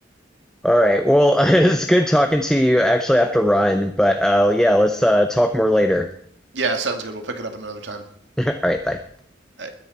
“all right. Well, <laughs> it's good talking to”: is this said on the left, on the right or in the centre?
Centre